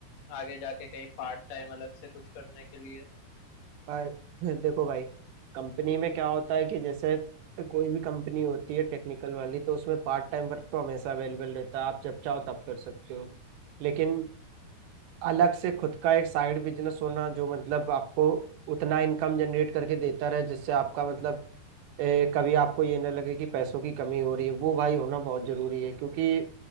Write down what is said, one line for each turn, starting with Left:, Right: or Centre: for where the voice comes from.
Left: आगे जाके कहीं पार्ट टाइम अलग से कुछ करने के लिए
Right: भाई <laughs> देखो भाई कंपनी में क्या होता है कि जैसे कोई भी कंपनी होती है टेक्निकल वाली तो उसमें पार्ट टाइम वर्क तो हमेशा अवेलेबल रहता है आप जब चाहो तब कर सकते हो लेकिन अलग से खुद का एक साइड बिजनेस होना जो मतलब आपको उतना इनकम जनरेट करके देता रहे जिससे आपका मतलब ए, कभी आपको ये ना लगे कि पैसों की कमी हो रही है वो भाई होना बहुत जरूरी है क्योंकि